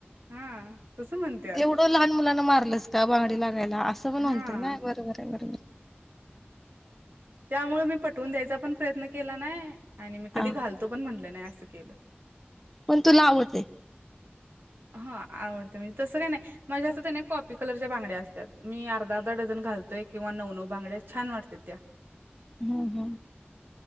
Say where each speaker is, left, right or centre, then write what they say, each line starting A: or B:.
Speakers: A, on the right; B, in the centre.
A: हा. तसं म्हणत्यात.
B: एवढं लहान मुलांना मारलस का? बागंडी लाग असं पण म्हणतील
A: हा
B: ना, बरोबर आहे बरोबर.
A: त्यामुळे मी पटवून द्यायचा पण प्रयत्न केला नाही आणि मी कधी
B: हा
A: घालतो पण म्हटलं नाही असं केलं.
B: पण तुला आवडते.
A: हा आवडते, म्हणजे तसं काय नाय माझ्या असता नाही कॉपी कलरच्या बांगड्या असत्यात, मी अर्धा अर्धा डझन घालतोय किंवा नऊ नऊ बांगड्या छान वाटतात त्या.
B: हम्म, हम,